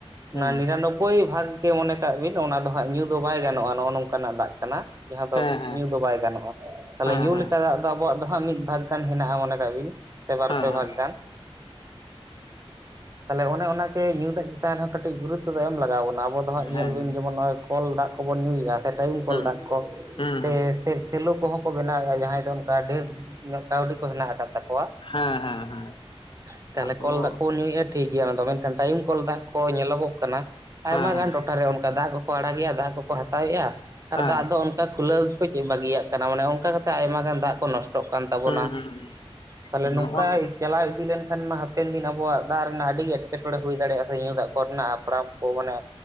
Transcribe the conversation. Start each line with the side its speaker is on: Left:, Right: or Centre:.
Left: ᱦᱩᱸ
Right: ᱚᱱᱟ ᱱᱤᱨᱟᱱᱚᱵᱵᱚᱭ ᱵᱷᱟᱜᱽ ᱜᱮ ᱢᱚᱱᱮ ᱠᱟᱜ ᱵᱤᱱ ᱚᱱᱟ ᱫᱚ ᱦᱟᱸᱜ ᱧᱩ ᱫᱚ ᱵᱟᱭ ᱜᱟᱱᱚᱜᱼᱟ ᱱᱚᱜᱼᱚ ᱱᱚᱝᱠᱟᱱᱟᱜ ᱫᱟᱜ ᱠᱟᱱᱟ ᱾ ᱡᱟᱦᱟᱸ ᱫᱚ
Left: ᱦᱮᱸ
Right: ᱧᱩ ᱫᱚ ᱵᱟᱭ ᱜᱟᱱᱚᱜᱼᱟ,
Left: ᱦᱮᱸ
Right: ᱛᱟᱦᱚᱞᱮ ᱧᱩ
Left: ᱦᱮᱸ
Right: ᱞᱮᱠᱟ ᱫᱟᱜ ᱫᱚ ᱟᱵᱚᱣᱟᱜ ᱫᱚ ᱦᱟᱸᱜ ᱢᱤᱫ ᱵᱷᱟᱜᱽ ᱜᱟᱱ ᱦᱮᱱᱟᱜᱼᱟ ᱢᱚᱱᱮ ᱠᱟᱜ ᱵᱤᱱ, ᱥᱮ ᱵᱟᱨ
Left: ᱦᱮᱸ ᱦᱮᱸ
Right: ᱯᱮ ᱵᱷᱟᱜᱽ ᱜᱟᱱ ᱾ ᱛᱟᱞᱦᱮ ᱚᱱᱮ ᱚᱱᱟ ᱜᱮ ᱧᱩ ᱫᱟᱜ ᱪᱮᱛᱟᱱ ᱨᱮᱦᱚᱸ ᱠᱟᱹᱴᱤᱡ ᱜᱩᱨᱩᱛᱚ ᱫᱚ ᱮᱢ ᱞᱟᱜᱟᱣ ᱵᱚᱱᱟ, ᱟᱵᱚ ᱫᱚ ᱦᱟᱸᱜ
Left: ᱦᱮᱸ ᱦᱩᱸ ᱦᱮᱸ
Right: ᱧᱮᱞ ᱵᱤᱱ ᱡᱮᱢᱚᱱ ᱱᱚᱜᱼᱚᱭ ᱠᱚᱞ ᱫᱟᱜ ᱠᱚᱵᱚᱱ ᱧᱩᱭᱮᱜ-ᱟ, ᱥᱮ ᱴᱟᱭᱤᱢ ᱠᱚᱞ
Left: ᱦᱩᱸ
Right: ᱫᱟᱜ ᱠᱚ,
Left: ᱦᱩᱸ ᱦᱩᱸ
Right: ᱥᱮ ᱪᱮᱫ? ᱥᱮᱞᱳ ᱠᱚᱦᱚᱸ ᱠᱚ ᱵᱮᱱᱟᱣᱮᱜᱼᱟ ᱡᱟᱦᱟᱸᱭ ᱫᱚ ᱚᱱᱠᱟ ᱰᱷᱮᱨ ᱧᱚᱜ ᱠᱟᱹᱣᱰᱤ ᱠᱚ ᱦᱮᱱᱟᱜ ᱟᱠᱟᱫ ᱛᱟᱠᱚᱣᱟ
Left: ᱦᱮᱸ ᱦᱮᱸ ᱦᱮᱸ
Right: ᱾ ᱛᱟᱦᱞᱮ
Left: ᱟᱫᱚ
Right: ᱠᱚᱞ ᱫᱟᱜ ᱠᱚ ᱵᱚᱱ ᱧᱩᱭᱮᱜᱼᱟ ᱴᱷᱤᱠ ᱜᱮᱭᱟ ᱚᱱᱟ ᱫᱚ, ᱢᱮᱱᱠᱷᱟᱱ ᱴᱟᱭᱤᱢ ᱠᱚᱞ ᱫᱟᱜ ᱠᱚ ᱧᱮᱞᱚᱜᱚᱜ ᱠᱟᱱᱟ ᱟᱭᱢᱟ
Left: ᱦᱮᱸ
Right: ᱜᱟᱱ ᱴᱚ ᱴᱷᱟ ᱨᱮ ᱚᱱᱠᱟ ᱫᱟᱜ ᱠᱚᱠᱚ ᱟᱲᱟᱜᱮᱜ-ᱟ, ᱫᱟᱜ ᱠᱚᱠᱚ ᱦᱟᱛᱟᱣᱮᱜᱼᱟ ᱟᱨ
Left: ᱦᱮᱸ ᱦᱮᱸ
Right: ᱫᱟᱜ ᱫᱚ ᱚᱱᱠᱟ ᱠᱷᱩᱞᱟᱹᱣ ᱜᱮᱠᱚ ᱪᱤᱢ ᱵᱟᱹᱜᱤᱭᱟᱜ ᱠᱟᱱᱟ ᱚᱱᱮ ᱚᱱᱠᱟ ᱠᱟᱛᱮ ᱟᱭᱢᱟ ᱜᱟᱱ ᱫᱟᱜ ᱠᱚ ᱱᱚᱥ ᱴᱚᱜ ᱠᱟᱱ ᱛᱟᱵᱚᱱᱟ
Left: ᱦᱩᱸ ᱦᱩᱸ
Right: ᱾ ᱛᱟᱞᱦᱮ ᱱᱚᱝᱠᱟ
Left: ᱱᱚᱜᱼᱚᱱ
Right: ᱪᱟᱞᱟᱣ ᱤᱫᱤ ᱞᱮᱱ ᱠᱷᱟᱱ ᱢᱟ ᱦᱟᱯᱮᱱ ᱫᱤᱱ ᱟᱵᱚᱣᱟᱜ ᱫᱟᱜ ᱨᱮᱱᱟᱜ ᱟᱹᱰᱤ ᱜᱮ ᱮᱴᱠᱮᱴᱚᱬᱮ ᱦᱩᱭ ᱫᱟᱲᱮᱭᱟᱜᱼᱟ ᱥᱮ ᱧᱩ ᱫᱟᱜ ᱠᱚ ᱨᱮᱱᱟᱜ ᱦᱟᱯᱲᱟᱢ ᱠᱚ ᱢᱟᱱᱮ